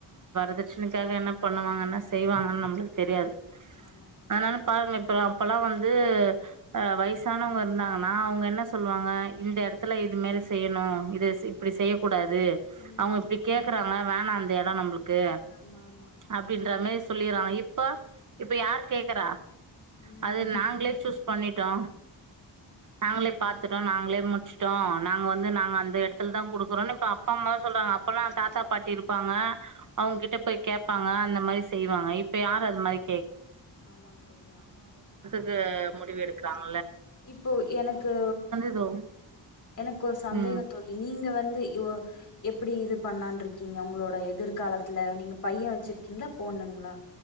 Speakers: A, on the right; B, on the left.
A: ப்ரச்சனக்காக என்ன பண்ணு வாங்கன்ன செய்வாங்கனு நம்பளுக்கு தெரியாது
B: ஆமா ஆமாங்
A: அதுனால
B: தோழி
A: பாருங்க இப்போ அப்பல்லா வந்து அ வயசானவங்க இருந்தாங்கன்னா அவுங்க என்ன சொல்லுவாங்க இந்த எடத்துல இது மேல செய்யணு இது இப்டி செய்யக் கூடாது து
B: ம்
A: அவுங்க இப்டி கேக்குறாங்க வேணா அந்த எடோ நம்பளுக்கு
B: ஆமா ஆமா
A: அப்டின்ற மாரி சொல்லிர்றாங்க இப்ப இப்ப யார் கேக்குறா
B: ம்
A: அது நாங்களே சூஸ் பண்ணிட்டோ நாங்களே
B: ம்
A: பாத்துட்டோ நாங்களே முடுச்ட்டோ நாங்க வந்து நாங்க அந்த எடத்துல தா குடுக்குறோனு இப்ப அப்பா அம்மா தா சொல்றாங்க அப்பல்லா தாத்தா பாட்டி இருப்பாங் ங்க அவுங்க கிட்ட போய் கேப்பாங்க அந்த மாரி செய்வாங்க இப்ப யாரு அது மாதிரி
B: ஆமாங்க தோழி ஆமாங்
A: க்கு முடிவு எடுக்குறாங்
B: இப்போ எனக்கு
A: இதோ
B: எனக்கு ஒரு சந்தேகந்
A: ம்.
B: தோழி நீங்க வந் ந்து இவோ எப்புடி இது பண்ணலான்ருக்கீங்க உங்களோட எதிர்காலத்துல நீங்க பையே வச்சுருக்கீங்களா பொண் ண்ணுங்ளா